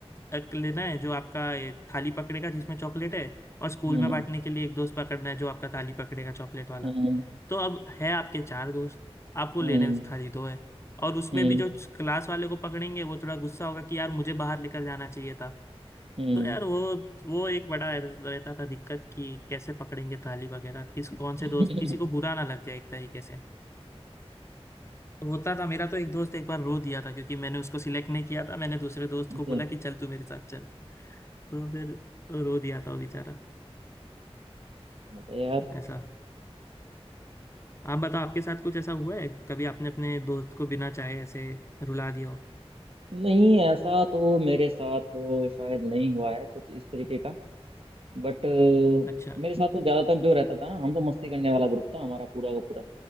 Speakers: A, on the left; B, on the right.
A: अक- लेना है जो आपका ये थाली पकड़ेगा जिसमें चॉकलेट है और स्कूल
B: हम्म
A: में
B: हम्म
A: बांटने के लिए एक दोस्त पकड़ना है जो आपका थाली पकड़ेगा चॉकलेट वाला
B: हम्म
A: तो अब है आपके चार दोस्त आपको
B: हम्म
A: लेने में खाली दो है और उसमें
B: हम्म।
A: भी जो क्लास वाले को पकड़ेंगे वो थोड़ा गुस्सा होगा कि यार मुझे बाहर लेकर जाना चाहिए था
B: हम्म
A: तो यार वो वो एक बड़ा रहता था दिक्कत कि कैसे पकड़ेंगे ताली वगैरह किस कौन से
B: <laughs>
A: दोस्त किसी को बुरा ना लग जाए एक तरीके से तो होता था मेरा तो एक दोस्त एक बार रो दिया था क्योंकि मैंने उसको सिलेक्ट नहीं किया था मैंने दूसरे दोस्त को
B: तो
A: बोला कि चल तू मेरे साथ चल तो फिर रो दिया था वो बेचारा
B: बात है यार
A: ऐसा आप बताओ आपके साथ कुछ ऐसा हुआ है कभी आपने अपने दोस्त को बिना चाहे ऐसे रुला दिया हो
B: नहीं ऐसा तो मेरे साथ अ, शायद नहीं हुआ है कुछ इस तरीके का बट
A: अच्छा
B: मेरे साथ तो ज्यादातर जो रहता था ना हम तो मस्ती करने वाला ग्रुप था हमारा पूरा का पूरा